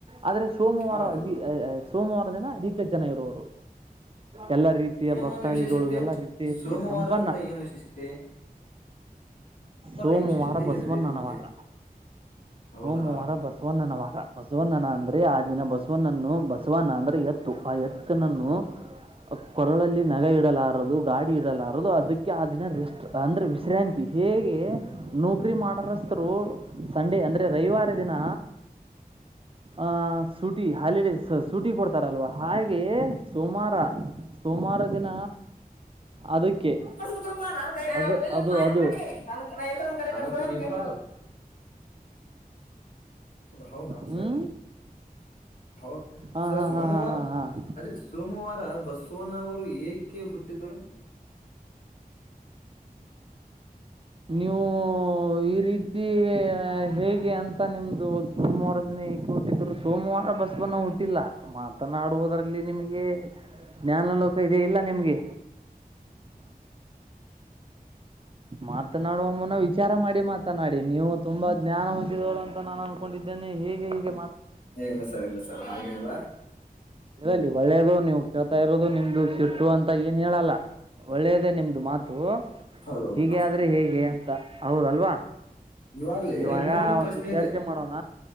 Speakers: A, on the right; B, on the left.
A: ಆದ್ರೆ ಸೋಮವಾರ
B: ಹೌದು
A: ಅ ಸೋಮವಾರ ದಿನ ಅಧಿಕ ಜನ ನರೂರು ಎಲ್ಲಾ ರೀತಿಯ
B: ಏನಲ್ಲಿ
A: ಭಕ್ತಾದಿಗಳು
B: ವಿಶೇಷತೆ
A: ಎಲ್ಲಾ ರೀತಿಯ
B: ಸೋಮವಾರದಿಂದ
A: ಇಲ್ಲಿ ಸಂಪನ್ನ
B: ಏನು ವಿಶೇಷತೆ
A: ಸೋಮವಾರ
B: ಈ ವಿಶೇಷತೆ
A: ಬಸವಣನವಾರ
B: ಏನಿದೆ ನಿಮ್ಮಲ್ಲಿ ಹೌದಾ
A: ಸೋಮವಾರ ಬಸವಣ್ಣನ ವಾರ ಬಸವಣ್ಣನ ಅಂದ್ರೆ ಆ ದಿನ ಬಸವಣನ್ನು ಬಸವನ ಅಂದ್ರೆ ಎತ್ತು ಆ ಎತ್ತನನ್ನು ಕೊರಳಲ್ಲಿ ನಗ ಇಡಲಾರದು ಗಾಡಿ ಇಡಲಾರದು ಅದಕ್ಕೆ ಆ ದಿನ ರೆಸ್ಟ್ ಅಂದ್ರೆ ವಿಶ್ರಾಂತಿ ಹೇಗೆ ನೌಕರಿ ಮಾಡ ಸ್ತರು ಸಂಡೆ ಅಂದ್ರೆ ರವಿವಾರ ದಿನ ಆಹ ಸೂಟಿ ಹಾಲಿಡೇ ಸೂಟಿ ಕೊಡ್ತಾರಲ್ವಾ ಹಾಗೆ ಸೋಮಾರ ಸೋಮಾರ ದಿನ ಅದಕ್ಕೆ
B: ಲ್ಪ ನಯ
A: ಅದು ಅದು ಅದು
B: ಮಾಡಿ ನ ನಾ ಎಲ್ಲರೊಂದ ಕಡೆ ಹ ಹೌದ ಹೌದಾ
A: ಹ್ಞೂ
B: ಸರ್ ಹೌ
A: ಹಾಂ
B: ಸ
A: ಹಾಂ
B: ಸೋಮವಾರ
A: ಹಾಂ ಹಾಂ ಹಾಂ ಹಾಂ
B: ಅದೇ ಸೋಮವಾರ ಬಸವನವರು ಏ ಕವು ುಟ್ಟು ತರ
A: ನೀವು ಈ ರೀತಿ ಹೇಗೆ ಅಂತ ಮ ನಿಮ್ದು ಸೋಮವಾರ ದಿನ ಏಕೆ ಹುಟ್ಟಿದ್ರು ಸೋಮವಾರ ಬಸ್ ಬನ್ನ ಹುಟ್ಟಿಲ್ಲ ಮಾತನಾಡುವುದ್ರಲ್ಲಿ ನಿಮಗೆ ಜ್ಞಾನ ಲೋಕ ಇದೆ ಇಲ್ಲ ನಿಮ್ಗೆ
B: ಹ್ಮ
A: ಮಾತನಾಡುವ ಮುನ ವಿಚಾರ ಮಾಡಿ ಮಾತನಾಡಿ ನೀವು ತುಂಬಾ ಜ್ಞಾನ ಹೊಂದಿದವರು ಅಂತ ನಾನು ಅನ್ಕೊಂಡಿದ್ದೇನೆ ಹೀಗೆ ಹೀಗೆತ್ತ
B: ಏ ಇಲ್ಲ ಸರ್ ಇಲ್ಲ ಸರ್ ಹಾಗಿದ್ದರಾ
A: ಇರಲಿ ಒಳ್ಳೇದು ನೀವು ಕೇಳ್ತಾ ಇರೋದು ನಿಮ್ದು ಸಿಟ್ಟು ಅಂತ ಏನ್ ಹೇಳಲ್ಲ ಒಳ್ಳೇದೇ ನಿಮ್ದು ಮಾತು
B: ಹೌದೌದು
A: ಹೀಗೆ ಆದ್ರೆ ಹೇಗೆ ಅಂತ ಹೌದಲ್ವಾ
B: ಇವಾಗ್ಲೇ
A: ಇವಾಗ
B: ಇನ್ನೊಂದು ಪ್ರಶ್ನೆ
A: ಒಂದು ಚರ್ಚೆ
B: ಇದೆ
A: ಮಾಡೋಣ